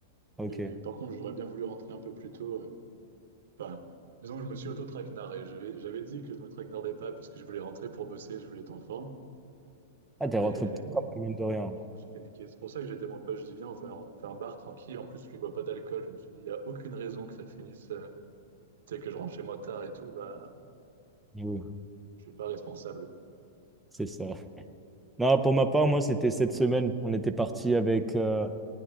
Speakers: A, in the centre; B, on the right.
A: Ok.
B: Mais par contre, j'aurais bien voulu rentrer un peu plus tôt. euh. Enfin, disons que je me suis auto-traquenardé. J'avais j'avais dit que je me traquenardais pas parce que je voulais rentrer pour bosser, je voulais être en forme.
A: Ah, t'es rentré
B: Et
A: tôt, quand mine de
B: finalement,
A: rien.
B: je me suis fait niquer. C'est pour ça que j'ai dit à mon pote, je dis viens, on fait, un, on fait un bar tranquille. En plus, lui il boit pas d'alcool. Je me suis dit, il n'y a aucune raison que ça finisse, euh, tu sais, que je rentre chez moi tard et tout. Bah,
A: Oui,
B: je suis pas responsable.
A: c'est ça. Non, pour ma part, moi, c'était cette semaine. On était parti avec euh,